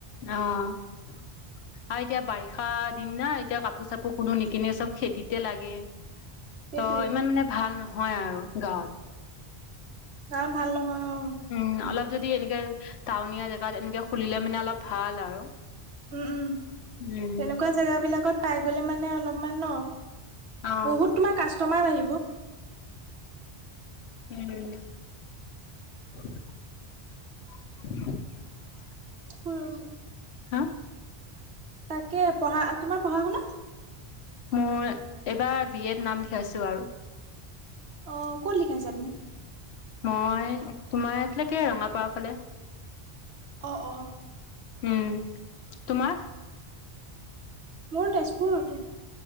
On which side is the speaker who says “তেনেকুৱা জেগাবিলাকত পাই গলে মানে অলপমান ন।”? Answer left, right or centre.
Right